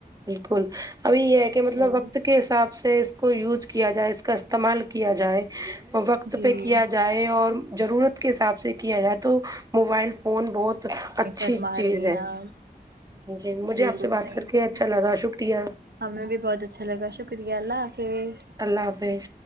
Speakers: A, on the right; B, on the right.
A: بالکل ابھی یہ ہے کہ مطلب
B: چلیے
A: وقت کے حساب سے سے اس کو یوج کیا جائے اس کا استعمال کیا جائے وقت
B: جی
A: پہ کیا جائے اور ضرورت کے حساب سے کیا جائے تو موبائل فون بہت اچھی
B: فرما
A: چیز
B: رہی
A: ہے
B: ہیں آپ
A: جی مجھے
B: بالکل
A: آپ سے بات
B: صحیح
A: کر کے
B: فرما
A: اچھا لگا شکریہ
B: ہمیں بھی بہت اچھا لگا شکریہ اللہ حافظ
A: اللہ حافظ